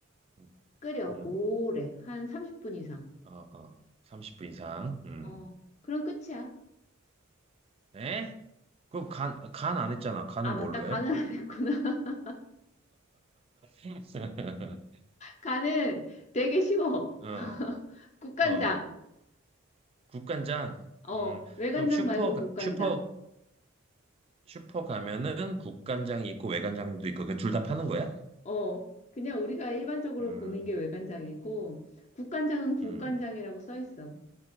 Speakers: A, on the right; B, on the left.
A: 음,
B: 끓여
A: 음.
B: 오래 한 30분 이상.
A: 어, 어, 30분 이상. 음.
B: 어, 그럼 끝이야.
A: 에? 그럼 간, 간 안 했잖아. 간은
B: 아, 맞다.
A: 뭘로
B: 간을
A: 해?
B: 안 했구나. <laughs>
A: <laughs>
B: 간은 되게 쉬워.
A: 어,
B: 국간장.
A: 어. 국간장.
B: 어,
A: 음,
B: 외간장
A: 그럼 슈퍼,
B: 말고
A: 가-
B: 국간장.
A: 슈퍼, 슈퍼 가면은 국간장이 있고 외간장도 있고, 그 둘 다 파는 거야?
B: 어, 그냥 우리가 일반적으로
A: 음,
B: 보는 게 외간장이고 국간장은 국간장이라고
A: 음.
B: 써 있어.